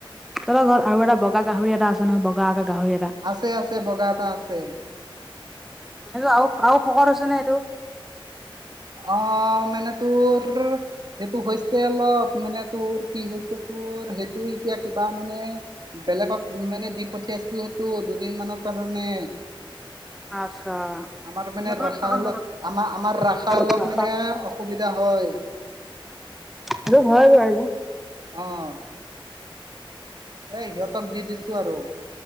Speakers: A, in the centre; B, on the right.
A: তহলৰ ঘৰত আৰু এটা বগা গাহৰি এটা আছে নহয় বগা আকা গাহৰি এটা,
B: আছে-আছে বগা এটা আছে।
A: এটো আৰু খুৰাও শকৰ হৈছে নে এইটো
B: অ, মানে তোৰ সেইটো হৈছে অলপ মানে তোৰ কি হৈছে তোৰ সেইটো এতিয়া কিবা মানে বেলেগক মানে দি পঠিয়াইছো সেইটো দুদিন মানৰ কাৰণে
A: আচ্ছা
B: আমাৰ মানে
A: নহয়
B: ৰাস
A: নহয়
B: আমাৰ-আমাৰ ৰাস,
A: নহয়
B: অলপ মানে অসুবিধা হয়।
A: আৰু হয় বাৰু।
B: অ', এ সিহঁতক দি দিছো আৰু।